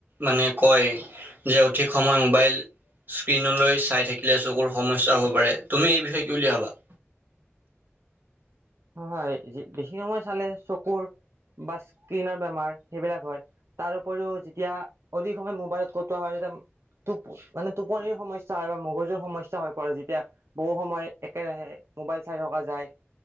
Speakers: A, on the right (about 45°); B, on the right (about 70°).
A: মানে কয় যে অধিক সময় মোবাইল স্ক্ৰীণলৈ চাই থাকিলে চকুৰ সমস্যা হ'ব পাৰে তুমি এই বিষয়ে কি বুলি ভাবা।
B: হয় বেছি সময় চালে চকুৰ বা স্কিনৰ বেমাৰ সেইবিলাক হয়। তাৰ উপৰিও যেতিয়া অধিক সময় মোবাইলত কটোৱা হয় তেতিয়া। টো মানে টোপনিৰ সমস্যা হয় বা মগজুৰ সমস্যা হৈ পৰে যেতিয়া। বহু সময় একেৰাহে মোবাইল চাই থকা যায়।